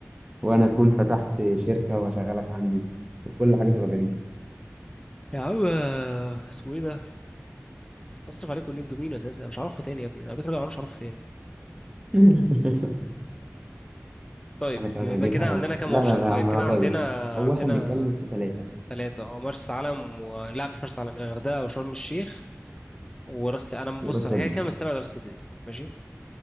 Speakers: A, on the right (about 20°); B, on the left (about 15°).
A: وانا اكون فتحت شركه واشغلك عندي وكل حاجه تبقى جميله
B: يا عم آه، اسمه ايه ده بصرف عليكم اللي انتوا مين اساسا انا مش عارفكم تاني يا ابني انا بيت راجع أنا مش عارفكم تاني
A: <laughs>
B: طيب
A: انا كمان
B: يبقى
A: هجيبها
B: كده
A: أو...
B: عندنا كام
A: لا
B: اوبشن
A: لا لا
B: طيب
A: يا عم
B: كده
A: انا طيب
B: عندنا
A: او
B: عندنا
A: واحد بنتكلم في ثلاثة
B: ثلاثة اه مرسى علم و... لا مش مرسى علم الغردقة وشرم الشيخ وراس انا بص
A: وراس
B: انا
A: صدر
B: كده كده مستبعد راس صدري دي، ماشي